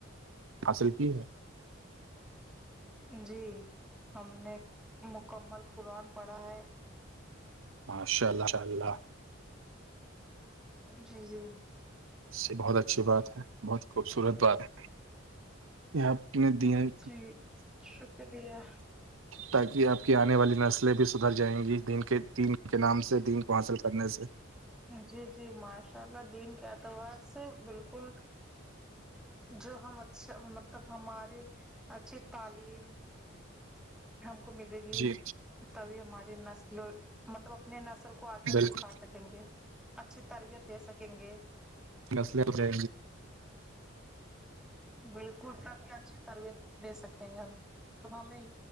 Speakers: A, on the right (about 75°); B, in the centre.
A: حاصل کی ہے
B: جی ہم نے مکمل قرآن پڑھا ہے
A: ماشاء اللہ شاء اللہ
B: جی جی
A: یہ بہت اچھی بات ہے بہت خوبصورت بات ہے یہ آپ نے دین
B: جی شکریہ
A: تاکہ آپ کی آنے والی نسلیں بھی سدھر جائیں گی دین کے دین کے نام سے دین کو حاصل کرنے سے
B: جی جی ماشاء اللہ دن کے اعتبار سے بالکل جو ہم اچھا مطلب ہماری اچھی تعلیم ہم کو ملے گی
A: جی
B: تبھی ہماری نسل مطلب اپنے نسل کو آگے ہم
A: بالکل
B: سکھا سکیں گے اچھی تربیت دے سکیں گے
A: کسل ب رہ
B: بالکل سب بھی اچھی تربیت دے سکتے ہیں ہم تو ہمیں